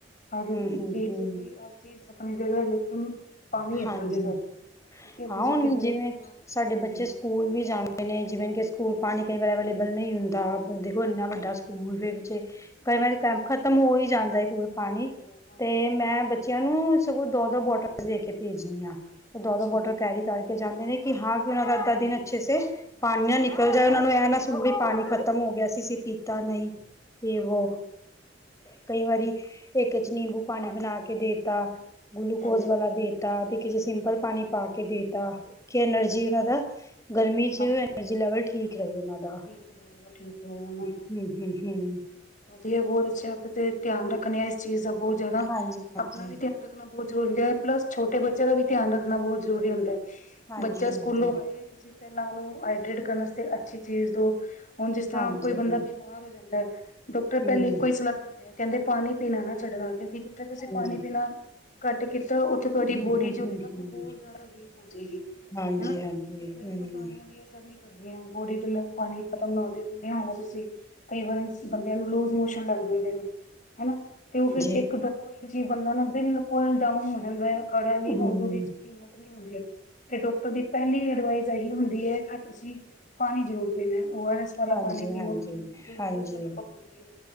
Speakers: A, on the left; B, on the left.
A: ਹਰ
B: ਹਮ ਹਮ
A: ਚੀਜ਼
B: ਹਮ
A: ਦੀ ਹਰ ਚੀਜ਼ ਆਪਣੀ ਜਗ੍ਹਾ ਲੇਕਿਨ ਪਾਣੀ ਆਪਣੀ
B: ਹਾਂਜੀ
A: ਜਗ੍ਹਾ ਠੀਕ ਹੈ
B: ਹਾਂ
A: ਤੁਸੀਂ
B: ਹੁਣ
A: ਕਿੱਧਰੇ
B: ਜਿਵੇਂ
A: ਵੀ ਜਾਓ
B: ਸਾਡੇ ਬੱਚੇ
A: ਹਾਂਜੀ
B: ਸਕੂਲ ਵੀ ਜਾਂਦੇ ਨੇ ਜਿਵੇਂ ਕਿ ਸਕੂਲ ਪਾਣੀ ਕਈ ਵਾਰ ਅਵੇਲੇਬਲ ਨਹੀਂ ਹੁੰਦਾ। ਇੰਨਾ
A: ਹਾਂਜੀ
B: ਵੱਡਾ ਸਕੂਲ ਫਿਰ ਬੱਚੇ ਕਈ
A: ਹਾਂਜੀ
B: ਵਾਰੀ
A: ਹਾਂਜੀ
B: ਖਤਮ ਹੋ ਹੀ ਜਾਂਦਾ ਸਕੂਲ ਪਾਣੀ
A: ਹੋ ਹੀ ਜਾਂਦਾ ਹੈ। ਹਾਂਜੀ
B: ਤੇ
A: ਹਾਂਜੀ
B: ਮੈਂ ਬੱਚਿਆਂ ਨੂੰ ਸਗੋਂ ਦੋ ਦੋ ਬੋਟਲ ਦੇ ਕੇ ਭੇਜਣੀ ਆ ਉਹ ਦੋ
A: ਅੱਛਾ
B: ਦੋ ਬੋਟਲ
A: ਜੀ
B: ਕੈਰੀ ਕਰਕੇ ਜਾਂਦੇ ਨੇ। ਕਿ ਹਾਂ ਕਿ ਉਹਨਾਂ ਦਾ ਅੱਧਾ ਦਿਨ ਅੱਛੇ ਸੇ ਪਾਣੀ ਨਾ ਆ ਨਿਕਲ ਜਾਏ
A: ਗਏ
B: ਉਹਨਾਂ ਨੂੰ ਇਹ
A: ਨਿਕਲ
B: ਨਾ ਸੁਣ ਵੀ
A: ਗਏ
B: ਪਾਣੀ ਖ਼ਤਮ ਹੋ ਗਿਆ ਸੀ ਅਸੀਂ,
A: <unintelligible>
B: ਪੀਤਾ ਨਹੀਂ ਇਹ ਵੋ ਕਈ ਵਾਰੀ ਇੱਕ ਚ ਨਿੰਬੂ ਪਾਣੀ ਬਣਾ ਕੇ ਦੇਤਾ। ਗਲੂਕੋਜ
A: ਹਾਂਜੀ ਹਾਂਜੀ
B: ਵਾਲਾ ਦੇ ਤਾ ਤੇ ਕਿਸੇ ਸਿੰਪਲ ਪਾਣੀ ਪਾ ਕੇ ਦੇ ਤਾ। ਕਿ ਐਨਰਜੀ
A: ਹਾਂਜੀ।
B: ਉਹਨਾਂ ਦਾ ਗਰਮੀ ਚ
A: ਹਾਂਜੀ
B: ਐਨਰਜੀ ਲੈਵਲ ਠੀਕ ਰਹੇ ਉਹਨਾਂ ਦਾ।
A: ਠੀਕ ਵ <unintelligible>
B: ਹੂੰ ਹੂੰ ਹੂੰ,
A: ਵਧੀਆ ਬਹੁਤ ਅੱਛਾ ਆਪ ਤੇ ਧਿਆਨ ਰੱਖਣੇ ਆ ਇਸ ਚੀਜ਼ ਦਾ ਬਹੁਤ ਜ਼ਿਆਦਾ
B: ਹਾਂਜੀ ਹਾਂਜੀ
A: ਆਪਣਾ ਵੀ ਧਿਆਨ ਰੱਖ ਰੱਖਣਾ ਬਹੁਤ ਜ਼ਰੂਰੀ ਹੂੰ ਪਲੱਸ ਛੋਟੇ ਬੱਚਿਆਂ ਦਾ ਵੀ ਧਿਆਨ ਰੱਖਣਾ ਬਹੁਤ ਜ਼ਰੂਰੀ ਹੁੰਦਾ
B: ਹਾਂਜੀ
A: ਬੱਚਾ ਸਕੂਲੋਂ
B: ਹਾਂਜੀ
A: ਆਏ ਤੁਸੀ ਪਹਿਲਾਂ ਉਹਨੂੰ ਹਾਈਦਰੇਟ ਕਰਨ ਵਾਸਤੇ ਅਛੀ ਚੀਜ਼ ਦੋ ਹੁਣ ਜਿਸ ਤਰ੍ਹਾਂ
B: ਹਾਂਜੀ
A: ਕੋਈ ਬੰਦਾ ਬਿਮਾਰ ਹੋ ਜਾਂਦਾ। ਡਾਕਟਰ ਪਹਿਲੇ
B: ਹੂੰ ਹੂੰ
A: ਇਕੋ ਹੀ ਸਲਾਹ ਦਿੰਦਾ ਤੇ ਕਹਿੰਦੇ ਪਾਣੀ ਪੀਣਾ ਨਾ ਛੱਡਣਾ ਕਿਉਕਿ ਜਿੱਥੇ ਤੁਸੀਂ
B: ਹਾਂਜੀ
A: ਪਾਣੀ ਪੀਣਾ ਘੱਟ ਕੀਤਾ ਉੱਥੇ ਤੁਹਾਡੀ
B: ਹੂੰ
A: ਬੋਡੀ
B: ਹੂੰ
A: ਜੋ
B: ਹੂੰ
A: ਐ ਨਾ
B: ਹੂੰ
A: ਉਹ ਬਹੁਤ ਜ਼ਿਆਦਾ ਵੀਕ ਹੋ ਜਾਏਗੀ
B: ਹਾਂਜੀ
A: ਕਿ
B: ਹਾਂਜੀ ਹੂੰ
A: ਦਵਾਈਆਂ ਵੀ ਅਸਰ ਨੀ ਕਰਦੀਆਂ ਬੋਡੀ ਦੇ ਪਾਣੀ ਖਤਮ ਨਾ ਹੋ। ਸੁਣਿਆ ਹੋਣਾ ਤੁਸੀ ਕਈ ਵਾਰ ਬੰਦਿਆਂ ਨੂੰ ਲੂਜ਼ ਮੋਸ਼ਨ ਲੱਗ ਜਾਂਦੇ ਨੇ ਹਨਾ ਤੇ ਉਹ ਫਿਰ
B: ਜੀ
A: ਇੱਕ ਦੋ ਇੱਕ ਜੀ ਬੰਦਾ ਨਾ ਬਿਲਕੁਲ ਡਾਊਨ ਹੋ ਜਾਂਦਾ। ਖੜਾ ਵੀ
B: ਹੂੰ
A: ਹੋਣ ਉਹਦੇ 'ਚ ਹਿੰਮਤ ਨਹੀ ਹੁੰਦੀ, ਤੇ ਡਾਕਟਰ ਦੀ ਪਹਿਲੀ ਅਡਵਾਈਸ ਇਹੀ ਹੁੰਦੀ ਹੈ। ਕਿ ਤੁਸੀ ਪਾਣੀ ਜ਼ਰੂਰ ਦੇਣਾ ਓ ਆਰ ਐ ਵਾਲਾ
B: ਹਾਂਜੀ
A: ਪਾਣੀ ਪੀਓ
B: ਹਾਂਜੀ
A: ਗਲੂਕੋਸ
B: ਹਾਂਜੀ
A: ਵਾਲਾ ਪਾਣੀ ਪੀਓ